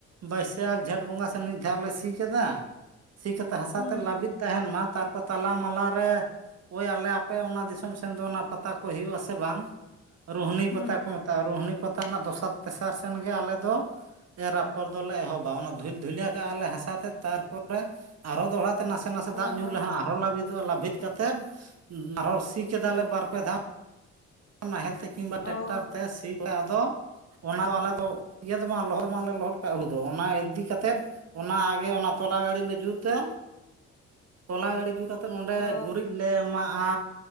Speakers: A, on the right; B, on the left.
A: ᱵᱟᱹᱭᱥᱟᱹᱠᱷ ᱡᱷᱮᱸᱴ ᱵᱚᱸᱜᱟ ᱥᱮ ᱢᱤᱫ ᱫᱷᱟᱣᱞᱮ ᱥᱤ ᱠᱮᱫᱟ ᱥᱤ ᱠᱟᱛᱮ ᱦᱟᱥᱟ
B: ᱦᱩᱸ
A: ᱛᱮ ᱞᱟᱹᱵᱤᱫ ᱛᱟᱦᱮᱱ ᱢᱟ ᱛᱟᱨᱯᱚᱨ ᱛᱟᱞᱟ ᱢᱟᱞᱟ ᱨᱮ ᱦᱳᱭ ᱟᱞᱮ ᱟᱯᱮ ᱚᱱᱟ ᱫᱤᱥᱚᱢ ᱥᱮᱱ ᱫᱚ ᱚᱱᱟ ᱯᱟᱛᱟ ᱠᱚ ᱦᱩᱭᱩᱜ ᱟᱥᱮ ᱵᱟᱝ ᱨᱳᱦᱱᱤ
B: ᱦᱩᱸ
A: ᱯᱟᱛᱟ ᱠᱚ ᱢᱮᱛᱟᱜᱼᱟ ᱨᱳᱦᱱᱤ ᱯᱟᱛᱟ ᱨᱮᱱᱟᱜ ᱫᱚᱥᱟᱨ ᱛᱮᱥᱟᱨ ᱥᱮᱱ ᱜᱮ ᱟᱞᱮ ᱫᱚ ᱮᱨ ᱟᱯᱷᱚᱲ ᱫᱚᱞᱮ ᱮᱦᱚᱵᱟ ᱚᱱᱟ ᱫᱷᱩᱞ ᱫᱷᱩᱞᱟᱹ ᱠᱟᱜᱼᱟ ᱞᱮ ᱦᱟᱥᱟ ᱛᱮᱫ ᱛᱟᱨᱯᱚᱨᱮ ᱟᱨᱦᱚ ᱫᱚᱲᱦᱟ ᱱᱟᱥᱮ ᱱᱟᱥᱮ
B: ᱚ
A: ᱫᱟᱜ ᱧᱩᱨ ᱞᱟᱦᱟ ᱟᱨᱦᱚᱸ ᱞᱵᱤᱫᱚᱜᱼᱟ ᱞᱟᱹᱵᱤᱫ ᱠᱟᱛᱮ ᱟᱨᱦᱚᱸ ᱥᱤ ᱠᱮᱫᱟᱞᱮ ᱵᱟᱨ ᱯᱮ ᱫᱷᱟᱣ ᱱᱟᱦᱮᱞ ᱛᱮ ᱠᱤᱢᱵᱟ ᱴᱮᱠᱴᱟᱨ
B: ᱚ
A: ᱛᱮ ᱥᱤ ᱟᱫᱚ ᱚᱱᱟ ᱫᱚ ᱟᱞᱮ ᱫᱚ ᱤᱭᱟᱹ ᱫᱚ ᱵᱟᱝ ᱞᱚᱦᱚᱫ ᱵᱟᱝᱞᱮ ᱞᱚᱦᱚᱫ ᱠᱟᱜ ᱦᱩᱭ ᱫᱚ ᱚᱱᱟ ᱤᱫᱤ ᱠᱟᱛᱮᱫ ᱚᱱᱟ ᱟᱜᱮ ᱚᱱᱟ ᱛᱚᱞᱟ ᱜᱟᱹᱲ ᱞᱮ ᱡᱩᱛᱟ ᱛᱚᱞᱟ ᱜᱟᱲᱩᱤ ᱡᱩᱛ ᱠᱟᱛᱮ ᱛᱚ ᱱᱚᱸᱰᱮ
B: ᱚ
A: ᱜᱩᱨᱤᱡ ᱞᱮ ᱮᱢᱟᱜᱼᱟ